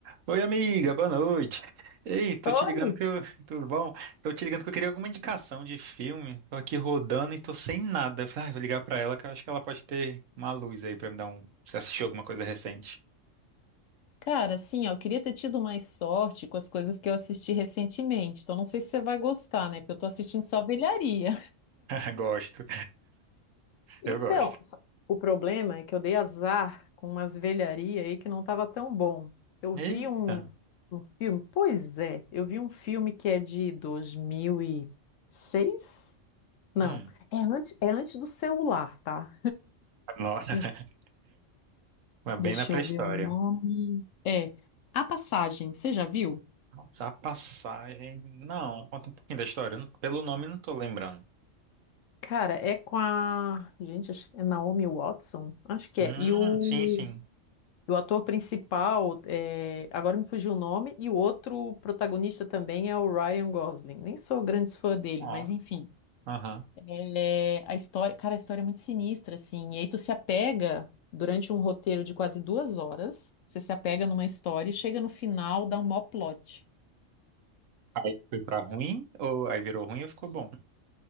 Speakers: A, on the right; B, on the left.
A: Oi, amiga, boa noite. Ei, tô
B: Olha,
A: te ligando que eu. <laughs> Tudo bom? Tô te ligando que eu queria alguma indicação de filme. Tô aqui rodando e tô sem nada. Eu Falei, ah, vou ligar pra ela que eu acho que ela pode ter uma luz aí pra me dar um. Você assistiu alguma coisa recente?
B: cara, assim, ó, eu queria ter tido mais sorte com as coisas que eu assisti recentemente. Então, não sei se você vai gostar, né? Porque eu tô assistindo só velharia.
A: <laughs> Gosto,
B: Então,
A: eu gosto.
B: só- o problema é que eu dei azar com umas velharias aí que não tava tão bom. Eu
A: Eita.
B: vi um, um filme, pois é, eu vi um filme que é de dois mil e seis Não,
A: Hum.
B: é antes, é antes do celular, tá?
A: Nossa,
B: Em-
A: <laughs> mas
B: Deixa
A: bem na pré-história.
B: eu ver o nome. É, A Passagem, você já viu?
A: Nossa, a passagem. Não, conta um pouquinho da história. Eu não- Pelo nome, eu não tô lembrando.
B: Cara, é com a. Gente, acho- é Naomi Watson? Acho que
A: Hum,
B: é. E o,
A: sim, sim.
B: e o ator principal, é, agora me fugiu o nome, e o outro protagonista também é o Ryan Gosling. Nem sou grande fã dele,
A: Nossa.
B: mas enfim.
A: Aham.
B: É, a história, cara, a história é muito sinistra, assim. E aí tu se apega durante um roteiro de quase duas horas, você se apega numa história e chega no final, dá um mó plot.
A: Aí foi pra ruim? Ou aí virou ruim ou ficou bom?